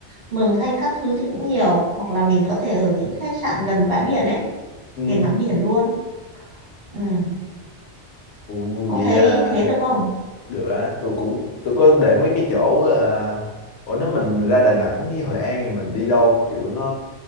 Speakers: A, on the right; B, on the left.
A: Mường Thanh các thứ thì cũng nhiều. Hoặc là mình có thể ở những khách sạn gần bãi biển ấy
B: Ừ.
A: để ngắm biển luôn. Ừ.
B: Ủa,
A: Ông
B: vậy
A: thấy
B: à,
A: thế được không?
B: được á tôi cũng tôi có để mấy cái chỗ à... ủa nếu mình ra Đà Nẵng với Hội An thì mình đi đâu kiểu nó